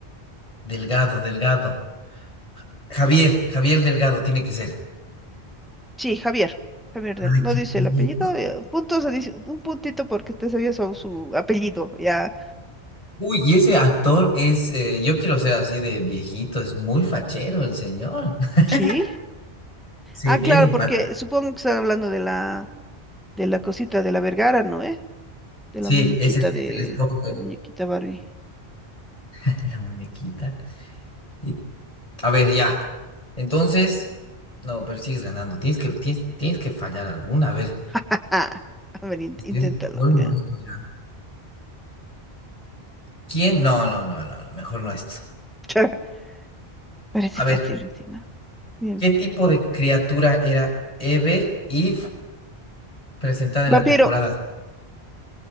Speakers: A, on the left; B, in the centre.
A: Delgado, Delgado. Javier, Javier Delgado tiene que ser.
B: Sí, Javier. Javier del,
A: Ay,
B: no
A: qué
B: dice
A: bien.
B: el apellido. eh, puntos, dice un puntito porque te sabía su, su apellido, ya.
A: Uy, y ese actor es, eh, yo quiero ser así de viejito, es muy fachero el señor. <laughs>
B: Sí.
A: Sí,
B: Ah,
A: bien
B: claro,
A: simpático.
B: porque supongo que están hablando de la, de la cosita de la Vergara, ¿no? ¿Eh? De
A: Sí,
B: la muñequita
A: es el, es
B: de
A: el esposo de
B: la muñequita Barbie.
A: <laughs> la muñequita. Y A ver, ya. Entonces, no, pero sigues ganando. Tienes que, tienes, tienes que fallar alguna. A ver,
B: Ah, <laughs> a ver, in-
A: es
B: inténtalo.
A: que es el colmo
B: ya.
A: esto, mira. ¿Quién? No, no, no, no, no, mejor no esto.
B: <laughs> Parece
A: A ver,
B: fácil, Tina. Dime.
A: ¿qué tipo de criatura era Eve, Eve, presentada
B: Vampiro.
A: en la temporada?